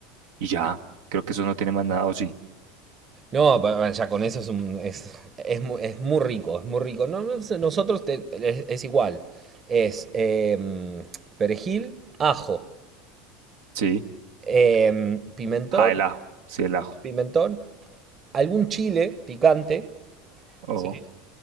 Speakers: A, on the right; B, on the right.
A: y ya. Creo que eso no tiene más nada, o sí.
B: No, pa- pa- ya con eso es, un- es, es mu- es muy rico, es muy rico. No, no sé, nosotros te- es, es igual. Es em, perejil, ajo,
A: Sí.
B: em, pimentón,
A: Ah, el ajo. Sí, el ajo.
B: pimentón, algún chile picante,
A: O
B: Sí.